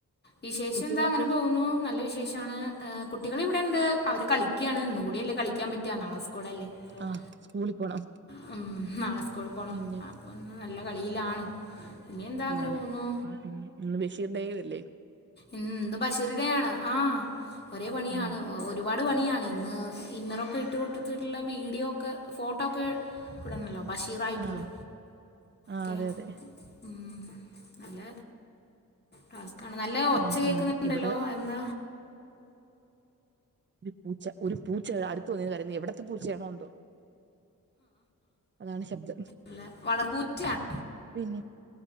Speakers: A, on the left; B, on the right.
A: വിശേഷം
B: കുട്ടികളൊക്കെയോ
A: ന്താ അങ്ങനെ പോകുന്നു. നല്ല വിശേഷമാണ്. കുട്ടികള് ഇവിടെ ഉണ്ട് അവര് കളിക ക്യാണ് ഇന്നു കൂടില്ലേ കളിക്കാൻ പറ്റ നാളെ സ്കൂളല്ലേ. പ്പോഊം
B: ആ സ്കൂളിൽ പോണം
A: ഹ് നാളെ സ്കൂളിൽ പോണം
B: പിന്നെ
A: അപ്പോൾ ഇന്ന് നല്ല കളിയിലാണ് ഇനി എന്താ അങ്ങനെ
B: ആണ്
A: പോകുന്നു
B: മ് മ് ഇന്ന് ബഷീർ ടേയുഅ ല്ലേ
A: ഉം ന്ത് ബഷീറിടെയാണ് ആ. ഒരേ പണിയാണ്
B: ഉം
A: ഒരു പാട് പണിയാണ് ഇന്ന്. ഇന്നറൊക്കെ ഇട്ട്കൊടുത്തിട്ടുള്ള വീഡിയോ ഒക്കെ ഫോട്ടോൊക്കെ <inaudible> ഇടണല്ലോ ബഷീറായിട്ടുള്ളേ..
B: ആഹ് ആഹ്
A: ക്കേ
B: അതെ അതെ
A: ഉം.. നല്ല ടാസ്ക്കാണ് നല്ല ഒച്ച
B: ഉം
A: കേൾക്കുന്നുണ്ടല്ലോ
B: ഉം ഇവിടെ
A: അതെന്താ
B: ദേ പൂച്ച ഒരു പൂച്ച യതാ അടുത്ത് വന്ന് കരയുന്നു എവിടത്തെ പൂച്ചയാണോഎന്തോ അതാണ് ശബ്ദംജ്
A: നല്ല വളർപ്പൂച്ചയാണ്
B: പിന്നെ..